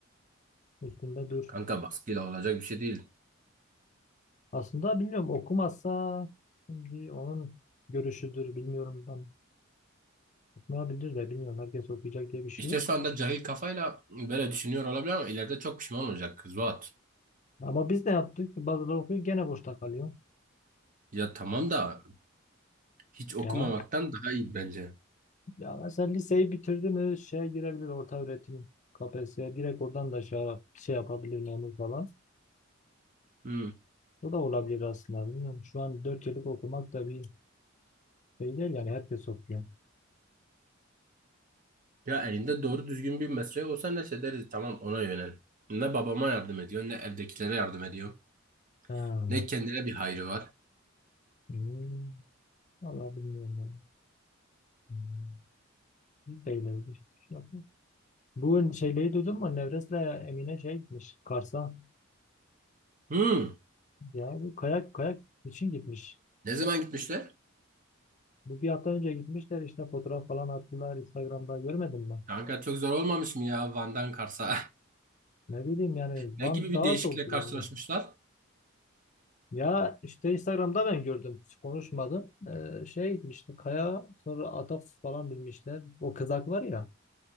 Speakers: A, on the left; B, on the right.
A: Üstünde dur.
B: Kanka baskıyla olacak bir şey değil.
A: Aslında bilmiyorum okumazsa şimdi onun görüşüdür bilmiyorum. Ben okumayabilir de bilmiyorum. Herkes okuyacak diye bir şey
B: İşte
A: yok.
B: şu anda cahil kafayla böyle düşünüyor olabilir ama ileride çok pişman olacak kız Zuhat.
A: Ama biz de yaptık. Bazıları okuyor gene boşta kalıyor.
B: Ya tamam da hiç okumamaktan
A: Ya,
B: daha iyi bence.
A: ya mesela liseyi bitirdi mi şeye girebilir orta öğretim KPSS'ye direkt oradan da şey, yap- şey yapabilir memur falan.
B: Hmm.
A: Bu da olabilir aslında bilmiyorum. Şu an 4 yıllık okumak da bir şey değil yani herkes okuyor.
B: Ya elinde doğru düzgün bir mesleği olsa neyse deriz tamam ona yönel. Ne babama yardım ediyor ne evdekilere yardım ediyor.
A: Ha.
B: Ne kendine bir hayrı var.
A: Hmm. Vallahi bilmiyorum ben. Hmm. Biz de öyle bir şey yapmıyoruz. Bu şeyleri duydun mu? Nevres'le Emine şey gitmiş. Kars'a.
B: Hmm.
A: Ya bu kayak kayak için gitmiş.
B: Ne zaman gitmişler?
A: Bu bir hafta önce gitmişler işte fotoğraf falan attılar Instagram'da görmedin mi?
B: Kanka çok zor olmamış mı ya Van'dan Kars'a? <laughs>
A: Ne bileyim yani
B: Ne
A: Van
B: gibi bir
A: daha
B: değişiklikle
A: soğuktur
B: karşılaşmışlar?
A: bence. Ya işte Instagram'da ben gördüm. Hiç konuşmadım. Ee, şey gitmişti kaya sonra atak falan binmişler. O kızak var ya